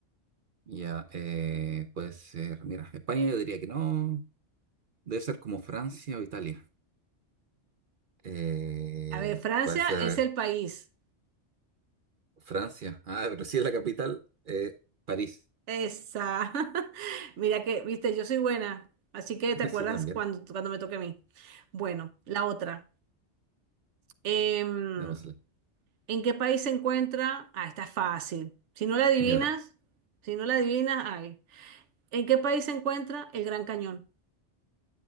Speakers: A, on the right (about 55°); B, on the right (about 75°).
A: Ya, eh, puede ser, mira, España yo diría que no, debe ser como Francia o Italia. Eh,
B: A ver, Francia
A: puede ser
B: es el país.
A: Francia, <laughs> ah, pero si es la capital, eh, París,
B: Esa. <laughs> Mira que, viste, yo soy buena, así que
A: <laughs>
B: te acuerdas
A: sí, también,
B: cuando, cuando me toque a mí. Bueno, la otra. Em,
A: démosle.
B: ¿en qué país se encuentra? Ah, está fácil. Si no la adivinas,
A: Ya,
B: si no la adivinas, ay. ¿En qué país se encuentra el Gran Cañón?